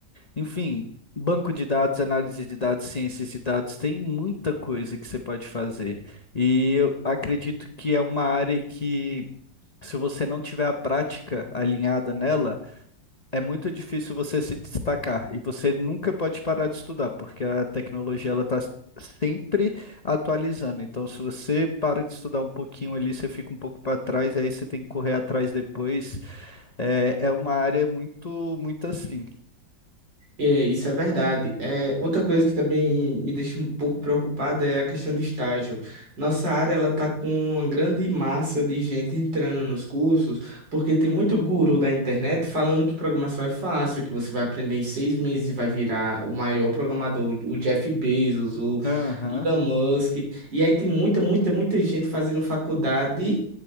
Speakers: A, on the left; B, on the right.
A: enfim, banco de dados, análise de dados, ciências de dados, tem muita coisa que você pode fazer. E eu acredito que é uma área que, se você não tiver a prática alinhada nela, é muito difícil você se destacar. E você nunca pode parar de estudar, porque a tecnologia ela está sempre atualizando. Então, se você para de estudar um pouquinho ali, você fica um pouco para trás, aí você tem que correr atrás depois. É, é uma área muito, muito assim.
B: É, isso é verdade. É, outra coisa que também me deixa um pouco preocupada é a questão de estágio. Nossa área ela tá com uma grande massa de gente entrando nos cursos, porque tem muito guru da internet falando que programação é fácil, que você vai aprender em seis meses e vai virar o maior programador, o Jeff Bezos, o
A: Aham.
B: Elon Musk. E aí tem muita, muita, muita gente fazendo faculdade.